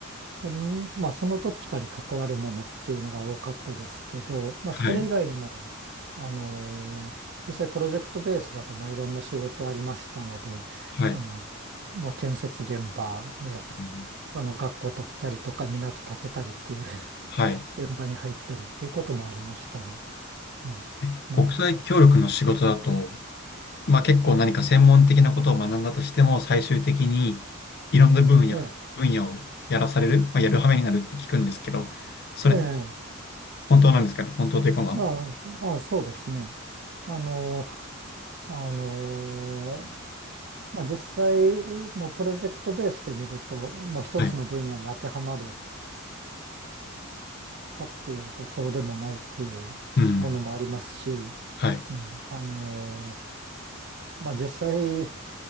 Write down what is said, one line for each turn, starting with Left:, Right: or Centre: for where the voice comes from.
Right: その、まあ、そのどっちかに関わるものっていうのが多かったですけど、まあ、
Left: はい。
Right: それ以外にも、あのー実際プロジェクトベースだともういろんな仕事ありましたので、
Left: はい。
Right: あの、もう建設現場で、
Left: うん
Right: あの、学校建てたりとか、港建てたりっていう
Left: はい。
Right: 現場に入ったりっていうこともありましたが、うん、
Left: え、
Right: ね
Left: 国際協力の仕事だと、まあ、結構何か専門的なことを学んだとしても、最終的にいろんな分野、
Right: え、
Left: 分野をやらされる、まあ、やる羽目になるって聞くんですけど、それ
Right: ええ、ええ
Left: 本当なんですかね本当というかまあ。
Right: ああ、そああ、そうですね。あの、あの、まあ、実際、もうプロジェクトベースで見ると、もう一つの分野に当てはまる
Left: はい。
Right: かっていうと、そうでもないっていうものもありますし、
Left: うん。はい。
Right: うん、あの、まあ、実際、